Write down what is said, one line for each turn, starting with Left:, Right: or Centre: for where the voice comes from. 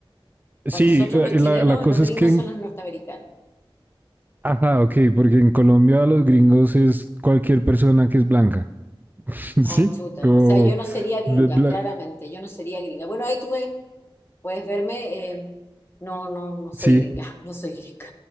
Right: sí,
Left: Para nosotros
Right: eh,
Left: los chilenos,
Right: la, la cosa
Left: los gringos
Right: es que, en-
Left: son los norteamericanos.
Right: ajá, ok, porque en Colombia a los gringos es cualquier persona que es blanca, <laughs> ¿sí?
Left: Ah, chuta.
Right: Como...
Left: O sea, yo no sería gringa,
Right: de bla-
Left: claramente. Yo no sería gringa. Bueno, ahí tú ves, puedes verme. eh, no, no, no soy
Right: Sí,
Left: gringa, <laughs> no soy gringa.